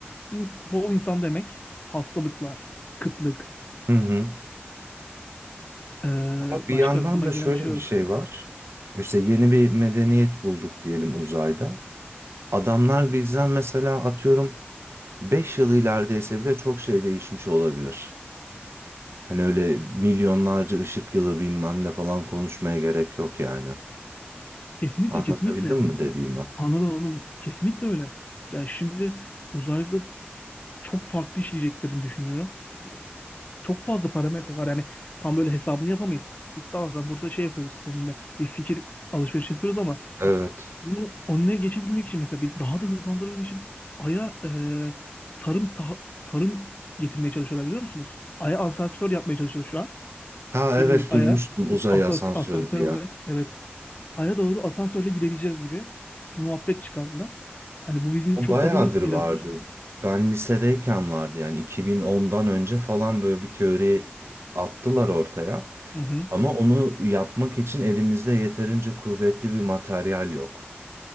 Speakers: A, on the left (about 40°); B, on the right (about 80°).
A: ins- bol insan demek hastalıklar, kıtlık,
B: Hı hı.
A: ee,
B: Ama
A: başka
B: bir yandan
A: aklıma
B: da
A: gelen
B: şöyle
A: bir şey yok.
B: bir şey var. İşte yeni bir medeniyet bulduk diyelim uzayda. Adamlar bizden mesela atıyorum 5 yıl ilerideyse bile çok şey değişmiş olabilir. Hani öyle milyonlarca ışık yılı bilmem ne falan konuşmaya gerek yok yani.
A: Kesinlikle
B: Anlatabildim
A: kesinlikle.
B: mi dediğimi?
A: Anladım anladım. Kesinlikle öyle. Ya şimdi uzayda çok farklı işleyeceklerini düşünüyorum. Hani Çok fazla parametre var. Yani tam böyle hesabını yapamayız. Biz tamam ben burada şey yapıyoruz seninle bir fikir alışverişi yapıyoruz ama
B: Evet.
A: bunu önüne geçebilmek için mesela bir daha da hızlandırabilmek için Ay'a e, tarım ta- tarım getirmeye çalışıyorlar biliyor musunuz? Ay'a asansör yapmaya çalışıyor şu an.
B: Ha
A: Bildiğiniz
B: evet
A: Ay'a
B: duymuştum uzay
A: us- asans-
B: asansörü
A: asansör
B: diye.
A: olarak evet. Ay'a doğru asansörle gidebileceğiz gibi bir muhabbet çıkardılar. Hani bu bizim
B: O
A: çok
B: bayağıdır
A: adım it-
B: vardı.
A: yaratır.
B: Ben lisedeyken vardı yani 2010'dan önce falan böyle bir teori attılar ortaya.
A: Hı hı.
B: Ama onu yapmak için elimizde yeterince kuvvetli bir materyal yok.